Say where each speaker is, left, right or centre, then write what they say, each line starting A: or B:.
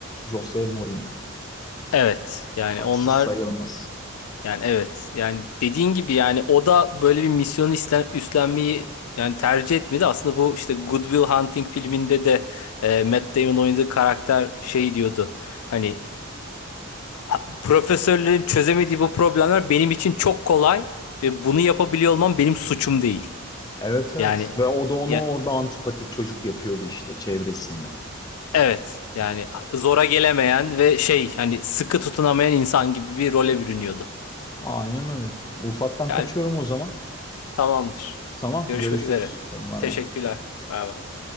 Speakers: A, on the left; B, on the left.
A: Jose Mourinho.
B: evet. Yani
A: Haksız
B: onlar
A: sayılmaz.
B: Yani evet. Yani dediğin gibi yani o da böyle bir misyonu üstlen- üstlenmeyi yani tercih etmedi. Aslında bu işte Good Will Hunting filminde de e, Matt Damon oynadığı karakter şey diyordu. Hani "Ha- profesörlerin çözemediği bu problemler benim için çok kolay ve bunu yapabiliyor olmam benim suçum değil.
A: Evet evet.
B: Yani
A: Ve o da onu
B: ya
A: orada antipatik çocuk yapıyordu işte çevresinde.
B: evet. Yani zora gelemeyen ve şey hani sıkı tutunamayan insan gibi bir role bürünüyordu.
A: Aynen öyle. Ufaktan
B: Yani
A: kaçıyorum o zaman.
B: tamamdır.
A: Tamam,
B: Görüşmek
A: görüşürüz.
B: üzere.
A: Bay
B: Teşekkürler.
A: bay.
B: Bay bay.